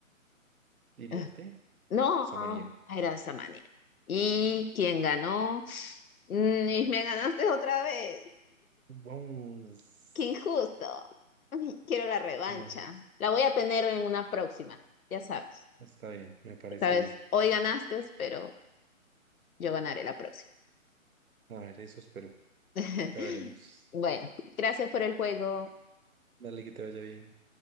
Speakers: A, on the right; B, on the left.
A: Iriarte,
B: <laughs> No,
A: Samaniego.
B: no, era de esa manera. ¿Y quién ganó? Mm, Y me ganaste otra vez.
A: Vamos,
B: Qué injusto. Ay, Quiero la revancha.
A: vamos.
B: La voy a tener en una próxima, ya sabes.
A: Está bien, me parece
B: Sabes,
A: bien.
B: hoy ganaste, pero yo ganaré la próxima.
A: A ver, eso espero.
B: <laughs>
A: Ya veremos.
B: Bueno, gracias por el juego.
A: Dale que te vaya bien.